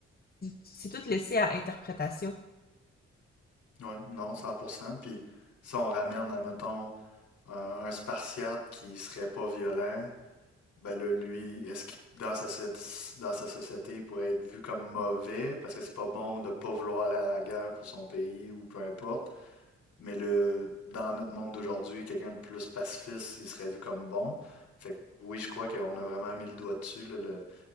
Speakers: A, on the left; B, on the left.
A: c'est tout laissé à interprétation.
B: Oui, non, 100%. Puis si on ramène, admettons, un, un spartiate qui serait pas violent, Ben là, lui, est-ce qu'il, dans sa, soci- dans sa société, il pourrait être vu comme mauvais parce que c'est pas bon de pas vouloir aller à la guerre pour son pays ou peu importe. Mais le, dans notre monde d'aujourd'hui, quelqu'un de plus pacifiste, il serait vu comme bon. Fait que oui, je crois qu'on a vraiment mis le doigt dessus, là, le,